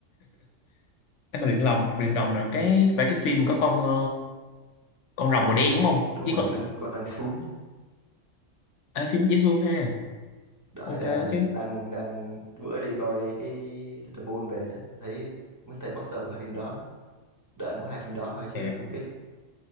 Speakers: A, on the left (about 70°); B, on the right (about 20°).
A: em mà luyện lòng luyện rồng là cái phải cái phim có con ờ, con rồng
B: đang
A: màu đen đúng không
B: đúng
A: với
B: rồi
A: con
B: mày răng con răng sún
A: Ê, phim dễ thương ha
B: đợi
A: ok
B: ra nè
A: chứ
B: đang đang bữa đi coi cái Thunderbolt về đó thấy Mr. Boxer của hai phim đó đợi mỗi hai phim đó thôi chứ
A: Nè,
B: không biết